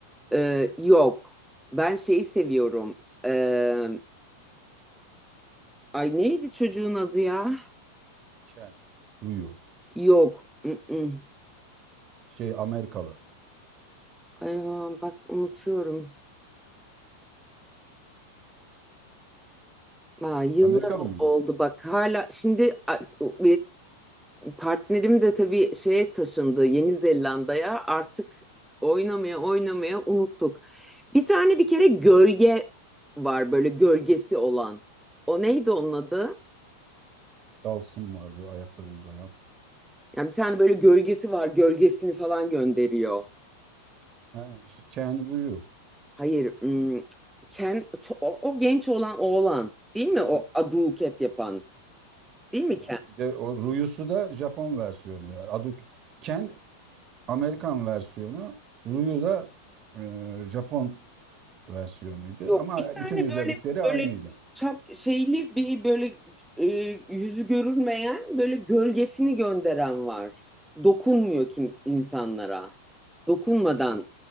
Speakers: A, in the centre; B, on the right.
A: E, yok. Ben şeyi seviyorum. E, ay neydi çocuğun adı ya?
B: Ken. Ryu.
A: Yok. Mm-mm.
B: Şey Amerikalı.
A: Ay, aman bak unutuyorum. Aa, yıllar
B: Amerikalı
A: o-
B: mıydı?
A: oldu bak hala şimdi a- o- partnerim de tabii şeye taşındı Yeni Zelanda'ya artık oynamaya oynamaya unuttuk. Bir tane bir kere gölge var böyle gölgesi olan. O neydi onun adı?
B: Dalsın vardı ayakları uzayan.
A: Yani bir tane böyle gölgesi var gölgesini falan gönderiyor.
B: Ha, işte Ken Ryu.
A: Hayır hmm, Ken, ço- o, o genç olan oğlan değil mi?
B: Hmm,
A: O aduket yapan değil mi
B: tamam. Bir de o Ryu'su da Japon versiyonu. Adı Ken Amerikan versiyonu. Ryu da e, Japon versiyonuydu.
A: Yok
B: Ama
A: bir tane
B: bütün
A: böyle
B: özellikleri aynıydı.
A: böyle çap şeyli bir böyle e, yüzü görünmeyen böyle gölgesini gönderen var. Dokunmuyor kim insanlara. Dokunmadan